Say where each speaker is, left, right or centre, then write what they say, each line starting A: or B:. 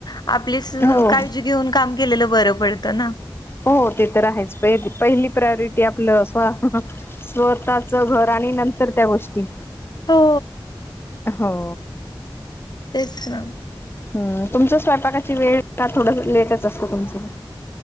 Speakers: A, on the left; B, on the left.
A: आपलीच
B: हो
A: काळजी घेऊन काम केलेलं बरं पडतं ना?
B: हो ते तर आहेच, पहिली प्रायोरिटी आपलं स्वा हं हं स्वतःच घर आणि नंतर त्या गोष्टी
A: हो
B: हो
A: तेच ना
B: हम्म तुमच स्वयंपाकाची वेळ का थोडं लेटच असतं तुमचं?